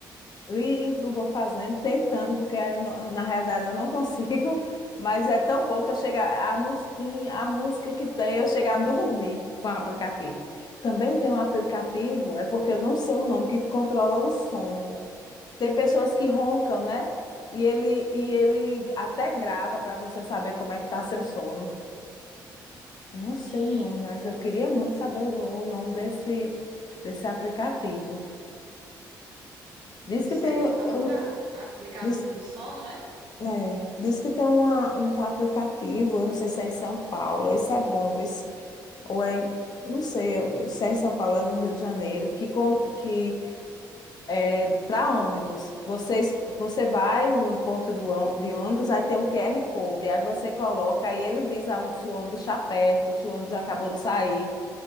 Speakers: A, on the left; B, on the right.
A: Ligo, vou fazendo, tentando, porque aí eu não- na realidade eu não consigo, <laughs> mas é tão bom que eu chego a, a musiquinha, a música que tem, eu chego a dormir com o aplicativo. Também tem um aplicativo, é porque eu não sei o nome, que controla o sono. Tem pessoas que roncam, né? E ele, e ele até grava para você saber como é que tá seu sono. Eu não sei
B: Sim.
A: o nome, mas eu queria muito saber o, o nome desse, desse aplicativo.
B: Não
A: Diz
B: sei,
A: que tem,
B: vou procurar.
A: eu-
B: Aplicativo
A: diz
B: do sono, é?
A: É, diz que tem uma, um aplicativo, eu não sei se é em São Paulo, isso é bom, vê se- ou é, em- eu não sei eu- se é em São Paulo, é no Rio de Janeiro, que, con- que é para ônibus. Vocês, você vai no ponto do, ôn- de ônibus, aí tem um QR Code, aí você coloca, aí ele diz aonde, se o ônibus está perto, se o ônibus acabou de sair,